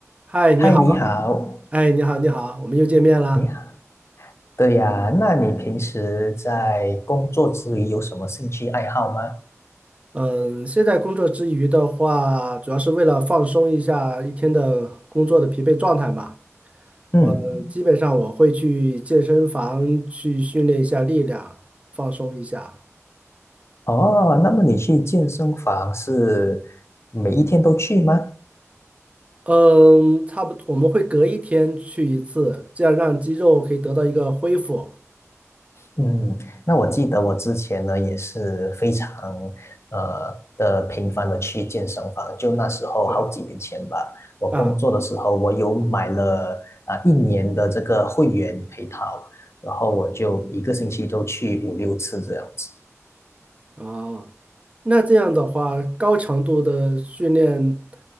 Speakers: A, on the right; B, on the left.
A: 嗨，你好，
B: 嗨，你好，
A: 哎，你好，你好，我们又见面啦。
B: 你好。对呀，那你平时在工作之余有什么兴趣爱好吗？
A: 嗯，现在工作之余的话，主要是为了放松一下一天的工作的疲惫状态嘛。
B: 嗯，
A: 我基本上我会去健身房去训练一下力量，放松一下。
B: 哦，那么你去健身房是每一天都去吗？
A: 嗯，差不多，我们会隔一天去一次，这样让肌肉可以得到一个恢复。
B: 嗯，那我记得我之前呢也是非常呃的频繁的去健身房，就那时候好几年前吧，
A: 对，
B: 我工作的时候我有买了啊、
A: 啊。
B: 一年的这个会员配套，然后我就一个星期都去五六次这样子。
A: 啊，那这样的话，高强度的训练，